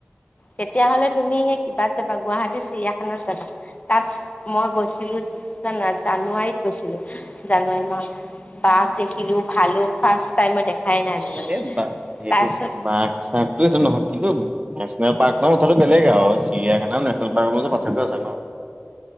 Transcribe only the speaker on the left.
তেতিয়া হ'লে তুমি সেই কিবাত যাবা, গুৱাহাটী চিৰিয়াখানাত যাবা। তাত মই গৈছিলো জানা, জানুৱাৰীত গৈছিলো জানুৱাৰী মাহত। বাঘ দেখিলো, ভালোক ফাৰ্ষ টাইম মই দেখাই নাই আজিলৈকে
তাৰপিছত-